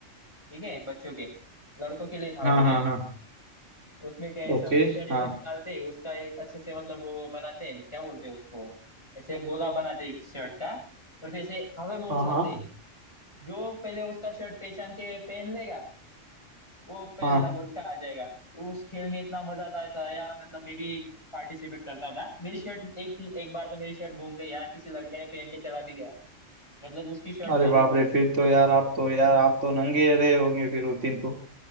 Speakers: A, on the left (about 20°); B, on the right (about 70°).
A: ठीक है बच्चों के लड़कों के लिए था वो
B: हाँ
A: गेम
B: हाँ हाँ
A: उसमें क्या है सबके
B: ओके
A: शर्ट ऐसे
B: हाँ
A: निकालते उसका एक अच्छे से मतलब वो बनाते हैं क्या बोलते हैं उसको ऐसे गोला बनाते एक शर्ट का और फिर ऐसे हवा में उछालते
B: हाँ हाँ
A: जो पहले उसका शर्ट पहचान के पहन लेगा वो पहला
B: हाँ
A: नंबर उसका आ जाएगा तो उस खेल में इतना मजा आता था यार मतलब मैं भी पार्टिसिपेट करता था मेरी शर्ट एक एक बार तो मेरी शर्ट घूम गई यार किसी लड़के ने पहन के चला भी गया मतलब उसकी शर्ट
B: अरे
A: पहननी
B: बाप
A: पड़ी
B: रे
A: थी
B: फिर तो यार आप तो यार आप तो नंगे रहे होंगे फिर उस दिन तो